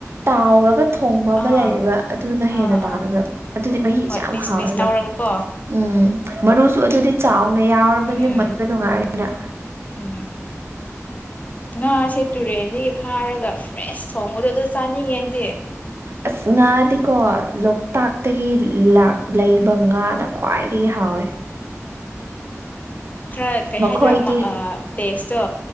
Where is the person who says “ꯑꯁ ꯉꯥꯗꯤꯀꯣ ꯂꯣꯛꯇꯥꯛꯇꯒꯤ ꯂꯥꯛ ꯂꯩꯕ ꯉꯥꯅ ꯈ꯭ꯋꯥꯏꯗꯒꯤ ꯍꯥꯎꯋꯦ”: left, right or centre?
Right